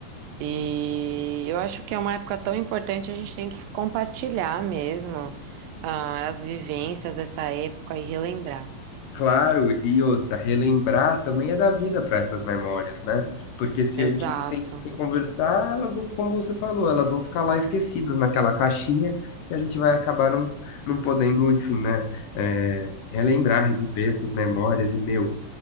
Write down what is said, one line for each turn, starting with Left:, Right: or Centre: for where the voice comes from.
Right: E eu acho que é uma época tão importante, a gente tem que compartilhar mesmo, ah, as vivências dessa época e relembrar.
Left: Claro, e outra, relembrar também é dar vida para essas memórias, né? Porque se
Right: Exato,
Left: a gente não tem com quem conversar, elas vão, como você falou, elas vão ficar lá esquecidas naquela caixinha e a gente vai acabar não, não podendo, enfim, né? é, relembrar, reviver essas memórias e, meu.